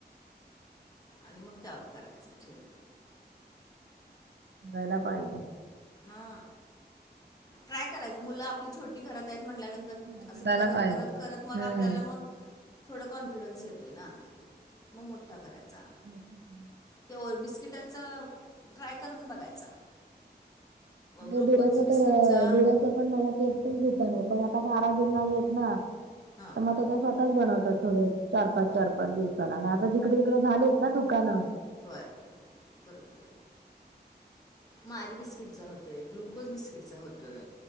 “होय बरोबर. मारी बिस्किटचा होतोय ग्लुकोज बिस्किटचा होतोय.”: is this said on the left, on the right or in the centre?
Left